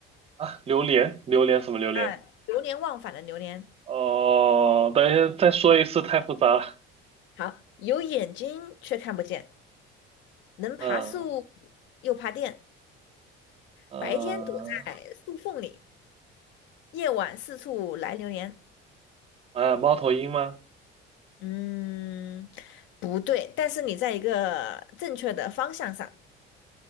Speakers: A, on the right; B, on the left.
A: 啊，榴莲，榴莲什么榴莲？
B: 啊，流连忘返的流连。
A: 哦，等一下再说一次，太复杂了。
B: 好，有眼睛却看不见，能爬树
A: 嗯
B: 又爬电，
A: 嗯
B: 白天躲在树缝里，夜晚四处来流连。
A: 啊，猫头鹰吗？
B: 嗯，不对，但是你在一个正确的方向上。